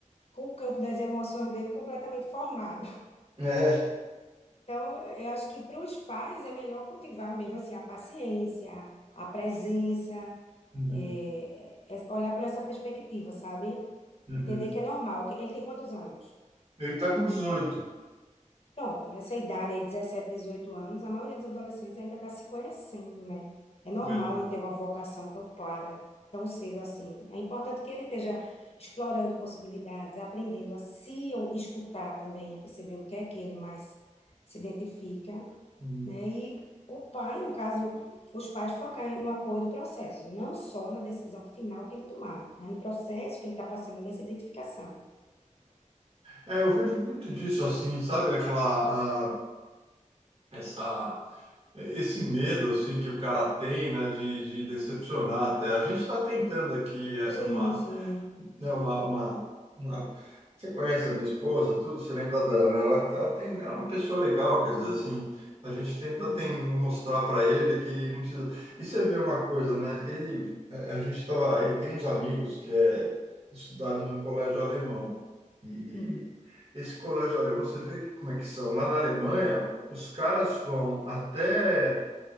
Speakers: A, on the left; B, on the right.
A: com o campo das emoções dele completamente formado. <laughs>
B: É.
A: Então, eu acho que para os pais é melhor cultivar mesmo assim a paciência, a presença,
B: Uhum,
A: é, é, é olhar por essa perspectiva, sabe?
B: uhum.
A: Entender que é normal. que- Ele tem quantos anos?
B: Ele tá com 18,
A: Pronto, essa idade aí, 17 18 anos, a maioria dos adolescentes ainda está se conhecendo, né? É normal
B: verdade.
A: não ter uma vocação tão clara, tão cedo assim. É importante que ele esteja explorando possibilidades, aprendendo a se ou escutar também, a perceber o que é que ele mais se identifica,
B: Uhum.
A: né? E o pai, no caso, os pais focar no apoio do processo, não só na decisão final que ele tomar, mas no processo que ele está passando dessa identificação.
B: É. É, eu vejo muito disso assim, sabe? Aquela, a- essa, esse medo assim que o cara tem, né, de, de decepcionar até. A gente está tentando aqui é,
A: Sim,
B: uma
A: sim,
B: né, uma, uma, uma- Você conhece a minha esposa, tudo, você lembra dela, né? Ela, ela tem, ela é uma pessoa legal, quer
A: sim.
B: dizer assim, a gente tenta
A: Uhum.
B: tem, mostrar para ele que não precisa. E você vê uma coisa, né? Ele, a a gente tava, ele tem uns amigos que é, estudaram em colégio alemão. E,
A: Sim,
B: e esse colégio alemão, você vê que, como é que são. Lá na Alemanha, os caras vão até